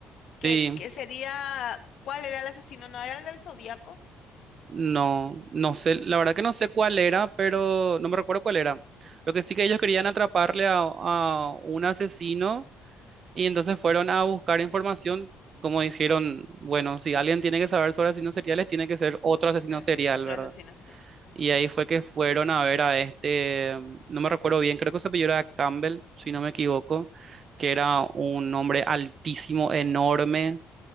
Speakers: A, on the right (about 45°); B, on the left (about 60°).
A: Sí,
B: que que sería? ¿Cuál era el asesino? ¿No era el del Zodíaco?
A: no, no sé, la verdad que no sé cuál era, pero no me recuerdo cuál era. Lo que sí que ellos querían atraparle a, a un asesino y entonces fueron a buscar información. Como dijeron, bueno, si alguien tiene que saber sobre asesinos seriales, tiene que ser otro asesino
B: Sí,
A: serial,
B: otro
A: ¿verdad?
B: asesino serial.
A: Y ahí fue que fueron a ver a este, mm, no me recuerdo bien, creo que se apellidó era Campbell, si no me equivoco, que era un hombre altísimo, enorme,